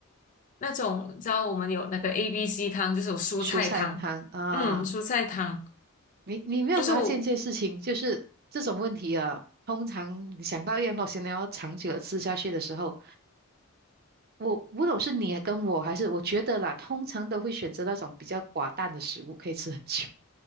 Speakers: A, on the left (about 35°); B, on the right (about 45°).
A: 那种，你知道我们有那个 A B C 汤，就是有蔬菜汤，
B: 蔬菜汤啊。
A: 嗯，蔬菜汤
B: 你你没有发现一件事情，
A: 就是我，
B: 就是这种问题啊，通常你想到一样东西，你要长久的吃下去的时候，我不懂是你跟我还是我觉得啦，通常都会选择那种比较寡淡的食物，可以吃很久。